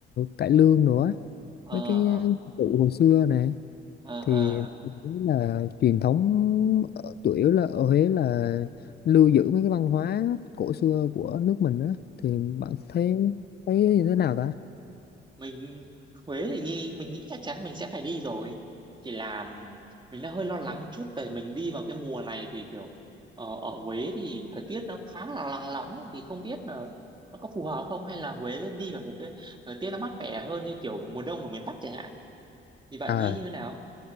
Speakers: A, on the left; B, on the right.
A: cải lương nữa
B: Ờ
A: mấy cái ờ, cụ hồi xưa nè
B: ờ
A: thì
B: ờ.
A: thấy là truyền thống ở- chủ yếu là ở Huế là lưu giữ mấy cái văn hóa cổ xưa của nước mình á thì bạn thấy thấy như thế nào ta
B: mình Huế thì nghĩ mình nghĩ chắc chắn mình sẽ phải đi rồi chỉ là mình đang hơi lo lắng chút về mình đi vào cái mùa này thì kiểu ở, ở Huế thì thời tiết nó khá là nắng nóng ấy, thì không biết là nó có phù hợp không hay là Huế nên đi vào một cái thời tiết nó mát mẻ hơn như kiểu mùa đông ở miền Bắc chẳng hạn thì bạn
A: à
B: nghĩ như thế nào